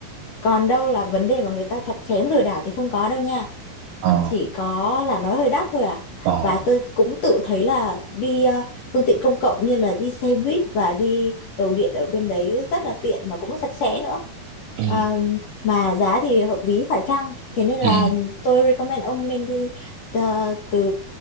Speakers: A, on the left; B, on the right.
A: Còn đâu là vấn đề mà người ta chặt chém lừa đảo thì không có đâu nha
B: ờ
A: chỉ có là nó hơi đắt thôi à
B: ờ
A: và tôi cũng tự thấy là đi ờ, phương tiện công cộng như là đi xe buýt và đi tàu điện ở bên đấy rất là tiện và cũng sạch sẽ nữa
B: ừ
A: Ờ, mà giá thì hợp lý phải chăng thế nên là
B: ừ
A: tôi recommend ông nên đi ờ, từ